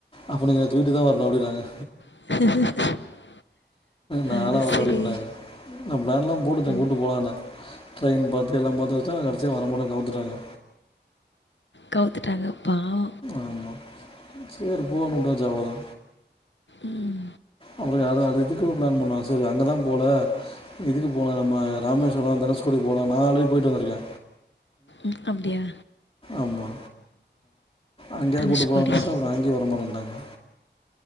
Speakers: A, on the left (about 30°); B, on the left (about 85°).
A: அப்ப நீங்க என்ன தூக்கிட்டு தா வரணு அப்டினாங்க
B: <unintelligible>
A: நாளா
B: அது
A: வரல
B: சரி
A: அப்டின்டாங்க நா ப்ளான்லா போட்ருந்தே
B: ம்
A: கூட்டு போலானு ட்ரெயின் பாத்து எல்லா பாத்து வச்சா கடசிலே வர மாட்டேன் கவுத்துட்டாங்க
B: கவுத்துட்டாங்க பாவோ
A: ஆமா சேர் போனுவுட்டாச்சு அவ்ளோதா
B: ம்
A: அப்றோ அது அது இதுக்கு பிளான் பண்ணுவாங் சரி அங்கதா போல இதுக்கு போலா நம்ம ராமேஸ்வரம் தனுஸ்கோடி போலா நான் ஆல்ரெடி போய்ட்டு வந்திருக்கே
B: ம் அப்டியா
A: ஆமா அங்கேயாது
B: தனுஷ்கோடி
A: கூட்டு போலானு பாத்தா அப்றோ அங்கயு வர மாட்டேட்டாங்க